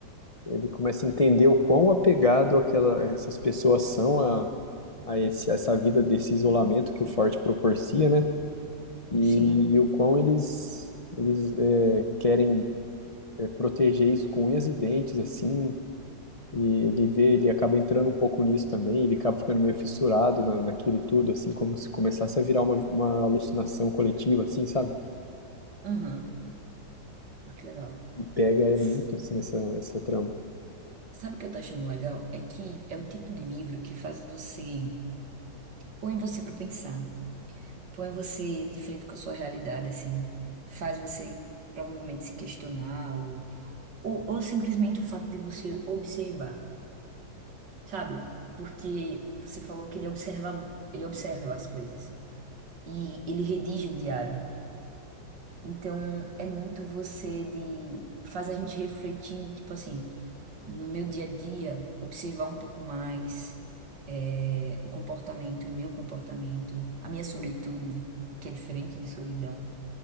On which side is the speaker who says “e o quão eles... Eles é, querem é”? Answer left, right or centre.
Left